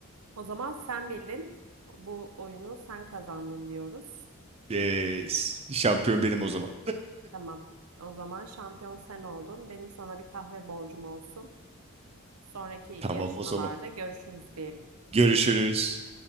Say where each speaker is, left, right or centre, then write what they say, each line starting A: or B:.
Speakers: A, on the right; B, on the right.
A: O zaman sen bildin. Bu oyunu sen kazandın diyoruz.
B: E, şampiyon benim o zaman.
A: Tamam. O zaman şampiyon sen oldun. Benim sana bir kahve borcum olsun. Sonraki
B: Tamam
A: yarışmalarda
B: o zaman.
A: görüşürüz diyelim.
B: Görüşürüz.